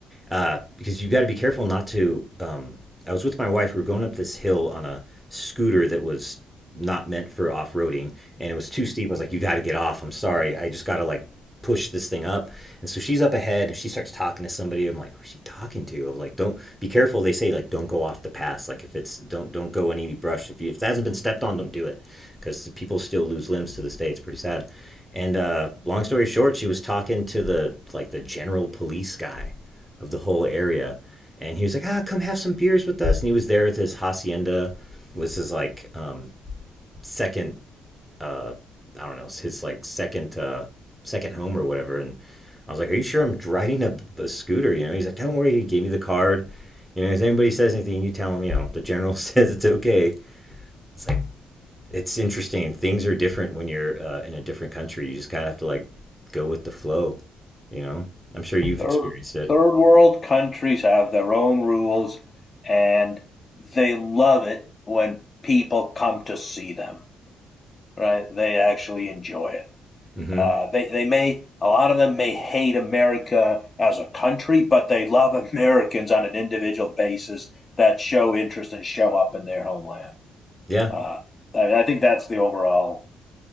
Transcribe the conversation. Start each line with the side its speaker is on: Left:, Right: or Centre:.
Centre: uh, because you got to be careful not to. Um, I was with my wife. We were going up this hill on a scooter that was not meant for off roading, and it was too steep. I was like, "You got to get off. I'm sorry. I just got to like push this thing up." And so she's up ahead, and she starts talking to somebody. I'm like, "Who's she talking to?" I'm like, "Don't be careful." They say like, "Don't go off the pass. Like if it's don't don't go in any brush. If you if it hasn't been stepped on, don't do it, because people still lose limbs to this day. It's pretty sad." And uh, long story short, she was talking to the like the general police guy, of the whole area. And he was like, ah, come have some beers with us. And he was there with his hacienda, It was his like um, second, uh, I don't know, his like second uh, second home or whatever. And I was like, are you sure I'm driving a, a scooter? You know, he's like, don't worry. He gave me the card. You know, if anybody says anything, you tell them, you know, the general <laughs> says it's okay. It's like, it's interesting. Things are different when you're uh, in a different country. You just kind of have to like go with the flow, you know? I'm sure you've
Left: Third,
Centre: experienced it.
Left: third world countries have their own rules and they love it when people come to see them, right? They actually enjoy it.
Centre: Mm-hmm. Mm-hmm.
Left: Uh, they, they may, a lot of them may hate America as a country, but they love <laughs> Americans on an individual basis that show interest and show up in their homeland.
Centre: Yeah.
Left: Uh, I, think that's the overall